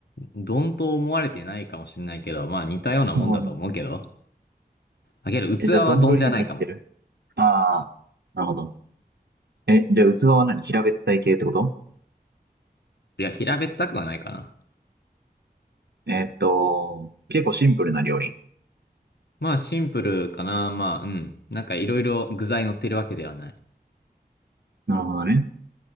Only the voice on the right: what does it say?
うん
え、じゃあ丼に入ってるああー、なるほど。え、じゃあ器は何平べったい系ってこと
えーっと、結構シンプルな料理。
なるほどね。